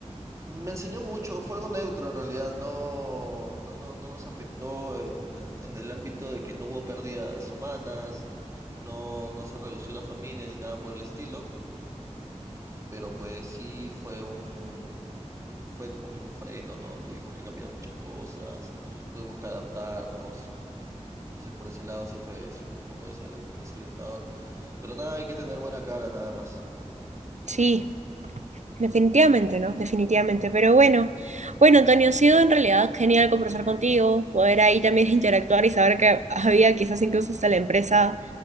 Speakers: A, on the right (about 25°); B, on the right (about 80°).
A: Me enseñó mucho, fue algo neutro en realidad, no, no, no, no nos afectó en el, en el ámbito de que no hubo pérdidas humanas, no, no se redució la familia ni nada por el estilo, pero pues sí fue un, fue como que un freno, ¿no? Tuvimos que cambiar muchas cosas, tuvimos que adaptarnos. Entonces por ese lado sí fue, sí fue un poco desalen- desalentador. Pero nada, hay que tener buena cara nada más.
B: Sí. Definitivamente, ¿no? Definitivamente. Pero bueno, bueno, Antonio, ha sido en realidad genial conversar contigo, poder ahí también <laughs> interactuar y saber que había quizás incluso hasta la empresa